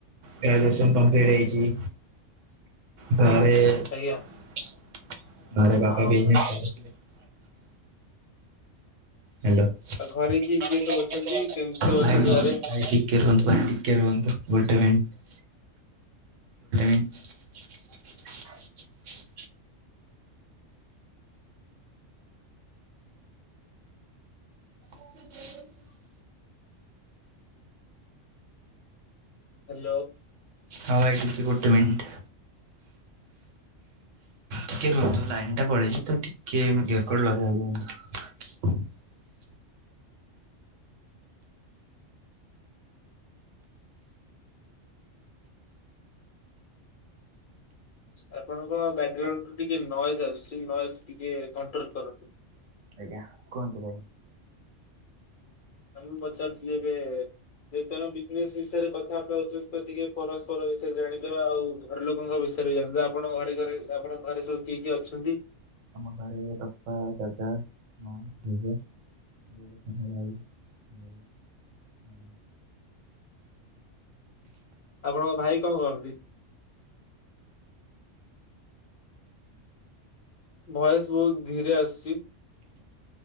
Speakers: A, on the right; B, on the left.
A: ଗ୍ରାଜୁଏସନ୍ କମ୍ପ୍ଲିଟ ହେଇଚି। <unintelligible>
B: ଆଜ୍ଞା। ଆଉ
A: ହାଲୋ <unintelligible>
B: ଘରେ କିଏ କିଏ ସବୁ ଅଛନ୍ତି କେମିତି ସବୁ ଅଛନ୍ତି ଘରେ?
A: ଭାଇ ଟିକେ ରୁହନ୍ତୁ ଟିକେ ରୁହନ୍ତୁ। ଗୋଟେ ମିନିଟ <unintelligible> <inaudible>
B: ହ୍ୟାଲୋ।
A: ହଁ ଭାଇ ଟିକେ ଗୋଟେ ମିନିଟ ଟିକେ ରୁହନ୍ତୁ ଲାଇନ ଟା ପଳେଇଛି ତ ଟିକେ ଇଅରଫୋନ ଲଗେଇବାକୁ ଦିଅନ୍ତୁ। <inaudible>
B: ଆପଣଙ୍କ ବ୍ୟାକଗ୍ରାଉଣ୍ଡ ଟିକେ ନଏଜ ଆସୁଛି ନଏଜ ଟିକେ କଣ୍ଟ୍ରୋଲ କରନ୍ତୁ।
A: ଆଜ୍ଞା କୁହନ୍ତୁ ଭାଇ?
B: <unintelligible> ଯେହେତୁ ଆମେ ବିଜନେସ ବିଷୟରେ କଥାବାର୍ତ୍ତା ହେଉଚେ ତ ଟିକେ ପରସ୍ପର ବିଷୟରେ ଜାଣି ଦବା ଆଉ ଘର ଲୋକଙ୍କ ବିଷ <unintelligible> ଆପଣଙ୍କ ଘରେ ଘରେ ଆପଣଙ୍କ ଘରେ ସବୁ କିଏ କିଏ ଅଛନ୍ତି?
A: ଆମ ଘରେ ବାପା ଦାଦା ମା ଜେଜେ। <unintelligible> ମାନେ
B: ଆପଣଙ୍କ ଭାଇ କଣ କରନ୍ତି? ଭଏସ ବହୁତ ଧୀରେ ଆସୁଚି।